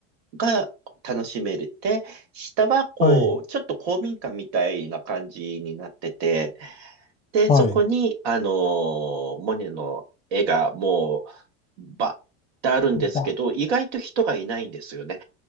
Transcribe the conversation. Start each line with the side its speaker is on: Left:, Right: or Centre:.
Right: が楽しめる下はこう、
Left: はい、
Right: ちょっと公民館みたいな感じになってて、で、
Left: はい。
Right: そこに、あのー、モネの絵がもう、ばってあるんですけど、
Left: ば、
Right: 意外と人がいないんですよね。